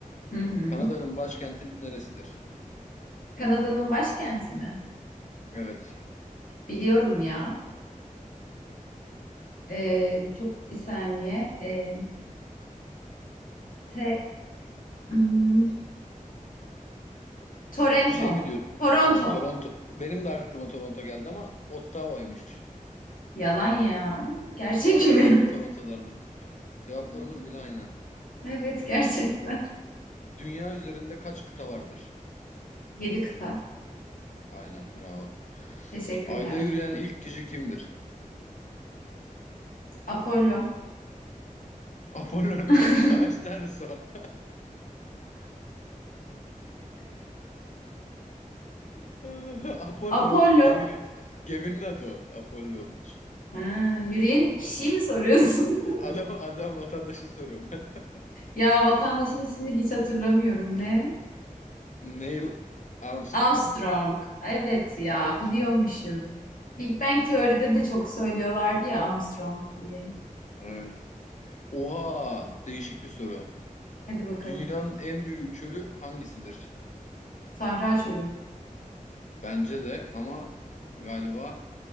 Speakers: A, on the left; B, on the left.
A: Hı hı.
B: Kanada'nın başkenti neresidir?
A: Kanada'nın başkenti mi?
B: Evet.
A: Biliyorum ya. Ee, çok bir saniye. Ee, T hmm, Toronto.
B: Şey mi diyor?
A: Toronto.
B: Ha Toronto. Benim de aklıma Toronto geldi ama Ottawa'ymış.
A: Yalan ya. Gerçek
B: <laughs> Valla
A: mi?
B: ben de Toronto derdim. Cevaplarımız
A: <laughs>
B: bile aynı.
A: Evet gerçekten.
B: Dünya üzerinde kaç kıta vardır?
A: Yedi kıta.
B: Aynen bravo.
A: Teşekkürler.
B: Ayda yürüyen ilk kişi kimdir?
A: Apollon.
B: Apollo
A: <laughs>
B: <laughs> Savaş Tanrısı. o. <laughs> Apollo
A: Apollo.
B: 13 o geminin, geminin adı o. Apollo 13.
A: Ha, yürüyen kişiyi mi soruyorsun? <laughs>
B: Adam adam vatandaşı soruyorum ben.
A: Ya vatandaşın ismini hiç hatırlamıyorum. Ne?
B: <laughs> Neil Armstrong.
A: Armstrong. Evet ya
B: Evet.
A: biliyormuşum. Big Bang Teori'de de çok söylüyorlardı ya Armstrong diye.
B: Evet. Oha değişik bir soru.
A: Hadi bakalım.
B: Dünyanın en büyük çölü hangisidir?
A: Sahra çölü.
B: Bence de ama galiba